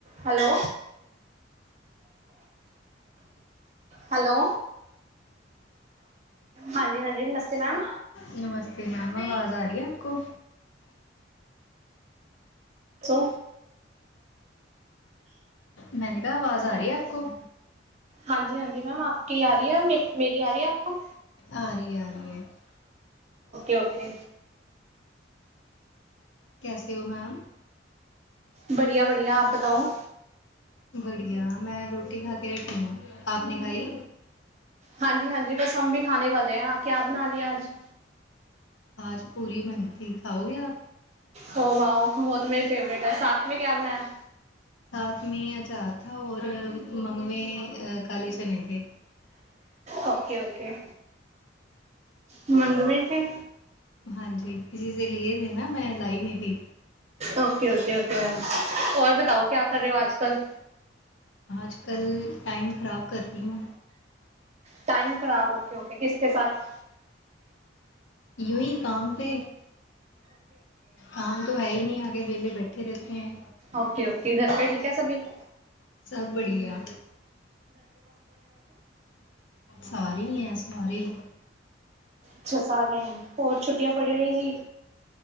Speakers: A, on the right (about 35°); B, on the left (about 75°).
A: Hello. Hello. ਹਾਂਜੀ, ਹਾਂਜੀ ਨਮਸਤੇ ਮੈਮ।
B: ਨਮਸਤੇ ਮੈਮ ਆਵਾਜ਼ ਆ ਰਹੀ ਹੈ ਆਪ ਕੋ?
A: ਸੋ।
B: ਮੈਂਨੇ ਕਿਹਾ ਆਵਾਜ਼ ਆ ਰਹੀ ਹੈ ਆਪ ਕੋ?
A: ਹਾਂਜੀ, ਹਾਂਜੀ ਮੈਮ ਆਪਕੀ ਆ ਰਹੀ ਹੈ ਮੇਰੀ ਆ ਰਹੀ ਹੈ ਆਪ ਕੋ?
B: ਆ ਰਹੀ, ਆ ਰਹੀ ਹੈ।
A: ਓਕੇ।
B: ਕੈਸੇ ਹੋ ਮੈਮ?
A: ਬੜੀਆ ਬੜੀਆ ਆਪ ਬਤਾਓ?
B: ਬੜੀਆ ਮੈਂ ਰੋਟੀ ਖਾ ਕੇ ਹਟੀ ਹੁ ਆਪ ਨੇ ਖਾਈ?
A: ਹਾਂਜੀ ਹਾਂਜੀ ਬਸ ਹਮ ਵੀ ਖਾਣੇ ਵਾਲੇ ਆਪ ਕਿਆ ਬਣਾ ਲਿਆ ਅੱਜ?
B: ਆਜ ਪੂਰੀ ਬਣੀ ਥੀ ਖਾਓਗੇ ਆਪ?
A: ਹੋ ਵਾਉ ਵੋ ਤੋ ਮੇਰੀ ਫੇਵਰੇਟ ਹੈ ਸਾਥ ਮੇ ਕਿਆ ਬਣਾਇਆ?
B: ਸਾਥ ਮੇ ਅਚਾਰ ਥਾ ਔਰ ਮੰਗਵੇਂ ਅਹ ਕਾਲੇ ਚਨੇ ਥੇ।
A: ਓਕੇ ਓਕੇ ਮੰਗਵੈ ਥੇ?
B: ਹਾਂਜੀ, ਕਿਸੀ ਸੇ ਲੀਏ ਥੇ ਮੈਂ ਲਾਈ ਨੀ ਸੀ।
A: ਓਕੇ-ਓਕੇ-ਓਕੇ ਮੈਮ ਔਰ ਬਤਾਓ ਕਿਆ ਕਰ ਰਹੇ ਹੋ ਅੱਜ ਕੱਲ।
B: ਆਜ ਕੱਲ੍ਹ ਟਾਈਮ ਖ਼ਰਾਬ ਕਰ ਰਹੀ ਹੂ।
A: ਟਾਈਮ ਖਰਾਬ ਓਕੇ-ਓਕੇ ਕਿਸ ਕੇ ਸਾਥ?
B: ਯਹੀ <unintelligible> ਕਾਮ ਪੇ। ਕਮ ਤਾਂ ਹੈ ਹੀ ਨਹੀਂ ਆਗੇ ਵਿਹਲੇ ਬੈਠੇ ਰਹਤੇ ਹੈ।
A: ਓਕੇ-ਓਕੇ ਘਰ ਪੇ ਠੀਕ ਹੈ ਸਭੀ।
B: ਸਭ ਬੜੀਆ। ਸਾਰੇ ਹੈ ਸਾਰੇ।
A: ਅੱਛਾ ਸਾਰਿਆਂ ਹੋਰ ਛੁੱਟੀਆਂ ਪੜੀ ਹੋਗੀ।